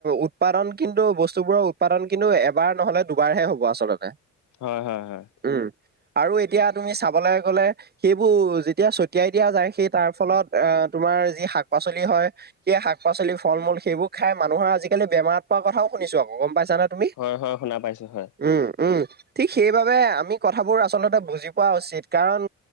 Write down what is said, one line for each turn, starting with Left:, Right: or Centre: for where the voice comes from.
Right: উৎপাদন কিন্তু বস্তুবোৰৰ উৎপাদন কিন্তু এব বাৰ নহলে দুবাৰহে হ'ব আচলতে
Left: হয় হয় হয় হয়
Right: উম আৰু এতিয়া তুমি চাবলে গ'লে সেইবো যেতিয়া ছতিয়াই দিয়া যায় সেই তাৰ ফলত আহ তোমাৰ যি শাক পাচলি হয় সেই শাক পাচলি ফল মূল সেইবোৰ খাই মানুহৰ আজিকালি বেমাৰত পৰা কথাও শুনিছো আকৌ গম পাইছা না তুমি
Left: হয় হয় শুনা পাইছোঁ হয়
Right: উম উম ঠিক সেইবাবে আমি কথাবোৰ আচলতে বুজি পোৱা উচিত কাৰণ